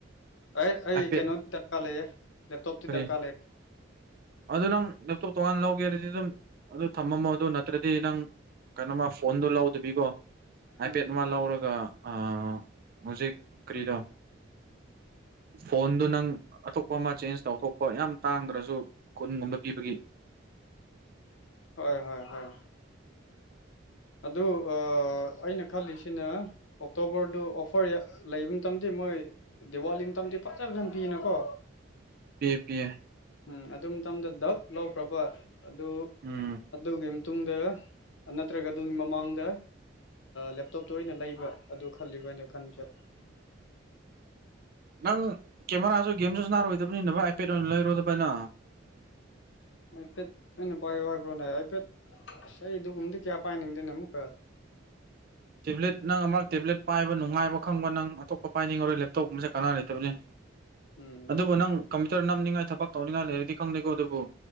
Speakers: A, on the left; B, on the right.
A: ꯑꯩ ꯑꯩ
B: ꯑꯥꯏꯄꯦꯗ
A: ꯀꯩꯅꯣꯗꯤ ꯗꯔꯀꯥꯔ ꯂꯩꯌꯦ ꯂꯦꯞꯇꯣꯞꯇꯤ
B: ꯀꯔꯤ
A: ꯗꯔꯀꯥꯔ ꯂꯩꯔꯦ
B: ꯑꯗꯨ ꯅꯪ ꯂꯦꯞꯇꯣꯞ ꯇꯣꯉꯥꯟ ꯂꯧꯒꯦꯔꯗꯤ ꯑꯗꯨꯝ ꯑꯗꯨ ꯊꯝꯃꯝꯃꯣ ꯑꯗꯨ ꯅꯠꯇ꯭ꯔꯗꯤ ꯅꯪ ꯀꯩꯅꯣꯃ ꯐꯣꯟꯗꯣ ꯂꯧꯗꯕꯤꯀꯣ ꯍꯥꯏꯐꯦꯠ
A: ꯎꯝ
B: ꯃꯥ ꯂꯧꯔꯒ ꯑ ꯍꯧꯖꯤꯛ ꯀꯔꯤꯗꯣ ꯐꯣꯟꯗꯨ ꯅꯪ ꯑꯇꯣꯞꯄ ꯑꯃ ꯆꯦꯟꯖ ꯇꯧꯊꯣꯛꯄ ꯌꯥꯝ ꯇꯥꯡꯗ꯭ꯔꯁꯨ ꯈꯨꯨꯟꯒꯨꯝꯕ ꯄꯤꯕꯒꯤ
A: ꯍꯣꯏ ꯍꯣꯏ ꯍꯣꯏ ꯑꯗꯨ ꯑꯩꯅ ꯈꯜꯂꯤꯁꯤꯅ ꯑꯣꯛꯇꯣꯕꯔꯗꯨ ꯑꯣꯐꯔ ꯂꯩꯕ <unintelligible> ꯃꯣꯏ ꯗꯤꯋꯥꯂꯤ ꯃꯇꯝꯗꯤ ꯐꯖꯜ ꯐꯖꯜ ꯄꯤꯅ ꯀꯣ
B: ꯄꯤꯌꯦ ꯄꯤꯌꯦ
A: ꯎꯝ ꯑꯗꯨ ꯃꯇꯝꯗ ꯗꯛ ꯂꯧꯈ꯭ꯔꯕ ꯑꯗꯨ
B: ꯎꯝ
A: ꯑꯗꯨꯒꯤ ꯃꯇꯨꯡꯗ ꯅꯠꯇ꯭ꯔꯒ ꯑꯗꯨꯒꯤ ꯃꯃꯥꯡꯗ ꯂꯦꯞꯇꯣꯞꯇ ꯑꯣꯏꯅ ꯂꯩꯕ ꯑꯗꯨ ꯈꯜꯂꯤꯕ ꯑꯩꯅ ꯈꯟꯕꯁꯨ
B: ꯅꯪ ꯀꯦꯃꯦꯔꯥꯁꯨ ꯒꯦꯝꯁꯨꯁꯨ ꯅꯥꯔꯣꯏꯗꯕꯅꯤꯅꯕ ꯑꯥꯏꯄꯦꯗ ꯑꯣꯏꯅ ꯂꯩꯔꯣꯏꯗꯕꯅ
A: ꯍꯥꯏꯐꯦꯠ ꯑꯩꯅ ꯄꯥꯏꯌ ꯍꯥꯏꯕ꯭ꯔꯣꯅꯦ ꯍꯥꯏꯐꯦꯠ ꯁ ꯑꯗꯨꯒꯒꯨꯝꯗꯤ ꯀꯌꯥ ꯄꯥꯏꯅꯤꯡꯗꯦꯅ ꯑꯃꯨꯛꯀ
B: ꯇꯦꯕ꯭ꯂꯦꯠ ꯅꯪ ꯑꯃꯛ ꯇꯦꯕ꯭ꯂꯦꯠ ꯄꯥꯏꯕ ꯅꯨꯡꯉꯥꯏꯕ ꯈꯪꯕ ꯅꯪ ꯑꯇꯣꯞꯄ ꯄꯥꯏꯅꯤꯡꯉꯔꯣꯏ ꯂꯦꯞꯇꯣꯞ ꯃꯁꯦ ꯀꯅꯥ ꯂꯩꯇꯕꯅꯤ
A: ꯎꯝ
B: ꯑꯗꯨꯕꯨ ꯅꯪ ꯀꯝꯄ꯭ꯌꯨꯇꯔ ꯅꯝꯅꯤꯡꯉꯥꯏ ꯊꯕꯛ ꯇꯧꯅꯤꯡꯉꯥꯏ ꯂꯩꯔꯗꯤ ꯈꯪꯗꯦꯀꯣ ꯑꯗꯨꯕꯨ